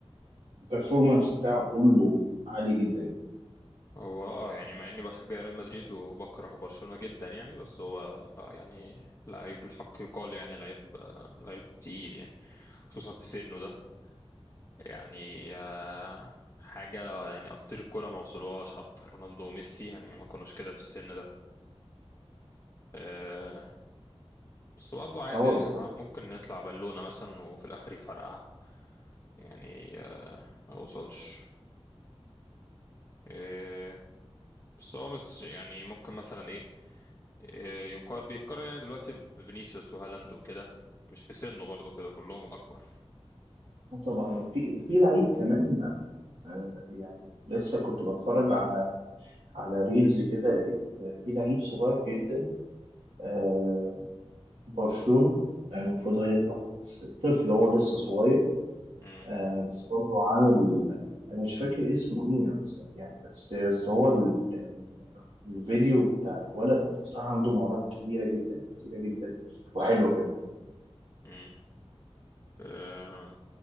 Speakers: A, on the right; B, on the left.
A: والبرفورمانس بتاعه كله عالي جدا
B: هو اه يعني مع اني بشجع ريال مدريد وبكره برشلونة جدا يعني بس هو لا يعني لعيب الحق يقال يعني لعيب آه، لعيب تقيل يعني خصوصا في سنه ده يعني آه، حاجة يعني أساطير الكرة ما وصلوهاش حتى رونالدو وميسي يعني ما كانوش كده في السن ده آه، بس برضو عادي
A: هو
B: يعني
A: اسطوره
B: ما- ممكن نطلع بالونة مثلا وفي الآخر يفرقع يعني آه، ما وصلش آه، بس هو مش يعني ممكن مثلا إيه آه، يقارن بيتقارن يعني دلوقتي بفينيسيوس وهالاند وكده مش في سنه برضو كده كلهم أكبر
A: طبعا وفي في لعيب كمان آه، يعني لسه كنت بتفرج على على ريلز كده لقيت في لعيب صغير جدا آه، برشلونة المفروض هيطلع بس طفل هو لسه صغير
B: مم،
A: آه، بس برضه عامل انا مش فاكر اسمه ايه يعني بس بس هو ال- ال- الفيديو بتاع الولد بصراحة عنده مهارات كبيرة جدا كتيرة جدا وحلوة كمان
B: مم. آه،